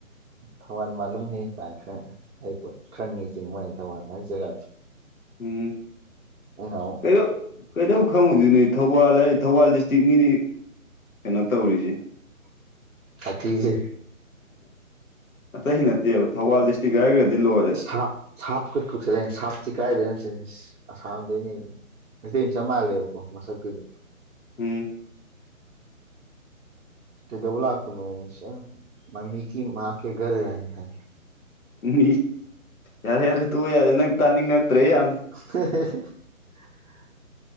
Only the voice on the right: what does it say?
ꯊꯧꯕꯥꯟ ꯃꯥꯂꯨꯝ ꯍꯦ ꯀꯥꯏꯅ ꯈꯔ ꯍꯥꯢꯔꯤ ꯄꯣꯠꯅꯤ ꯈꯪꯉꯦꯁꯤꯅꯤ ꯃꯣꯢ ꯊꯧꯕꯥꯟ ꯍꯥꯢ ꯖꯒꯥꯗꯣ
ꯑꯩꯅ ꯑꯃꯨꯛ
ꯁꯥꯊꯤꯖꯦ
ꯞ ꯁꯥꯞ ꯀꯩ ꯀꯣꯛꯁꯤꯂꯅꯤ ꯁꯥꯞꯁꯤꯤ ꯀꯥꯏꯗꯣꯏꯅ ꯁꯤꯅꯤ ꯑꯁꯥꯝꯗꯩꯅꯤ ꯃꯩꯇꯩ ꯑꯃ ꯆꯝꯞ ꯃꯥꯟꯜꯂꯦꯕꯀꯣ ꯃꯁꯛꯇꯨꯗꯤ
ꯀ ꯗꯧꯂ ꯀꯅ ꯑꯦꯁꯦ ꯃꯝꯃꯤꯒꯤ ꯃꯥ ꯀꯦ ꯔ ꯔꯦ ꯍꯦ
<unintelligible>